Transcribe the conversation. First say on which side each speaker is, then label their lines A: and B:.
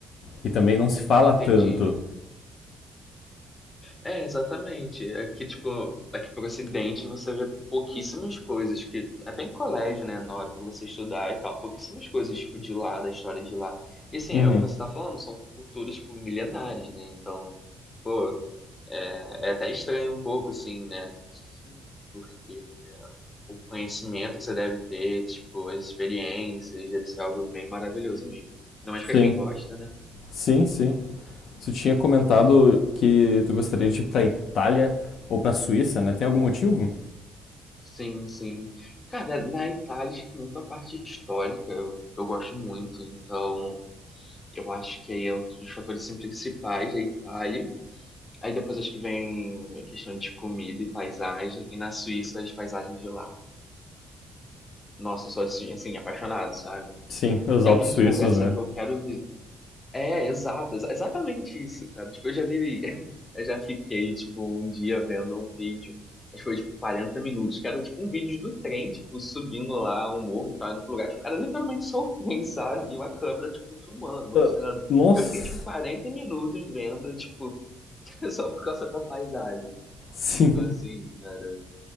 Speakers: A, on the left; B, on the left.
A: E também não se fala
B: Entendi.
A: tanto.
B: É, exatamente. Aqui, tipo, aqui pro Ocidente você vê pouquíssimas coisas que, até em colégio, né, na hora pra você estudar e tal, pouquíssimas coisas, tipo, de lá, da história de lá. E assim,
A: Uhum.
B: é o que você tá falando, são culturas, tipo, milenares, né, então, pô, é é até estranho um pouco, assim, né, porque o conhecimento que você deve ter, tipo, as experiências, deve ser algo bem maravilhoso mesmo. Ainda mais
A: Sim,
B: pra quem gosta, né?
A: sim, sim. Tu tinha comentado que tu gostaria de ir pra Itália ou pra Suíça, né? Tem algum motivo?
B: Sim, sim. Cara, na Itália, acho que muito a parte histórica eu, eu gosto muito. Então, eu acho que aí é um dos fatores assim, principais da Itália. Aí depois acho que vem a questão de comida e paisagem. E na Suíça, as paisagens de lá. Nossa, eu sou assim, assim, apaixonado, sabe?
A: Sim, os
B: Tem
A: Alpes
B: muito
A: suíços,
B: lugar assim
A: né?
B: que eu quero É, exato, exa- exatamente isso, cara. Tipo, eu já vi, <laughs> eu já fiquei, tipo, um dia vendo um vídeo, acho que foi, tipo, 40 minutos, que era, tipo, um vídeo do trem, tipo, subindo lá um morro e tal, indo pro lugar, tipo, era literalmente só o trem, <laughs> sabe? E uma câmera, tipo, filmando, mostrando.
A: Ah, nossa!
B: Eu fiquei, tipo, 40 minutos vendo, tipo, <laughs> só por causa da paisagem.
A: Sim.
B: Então, assim, cara,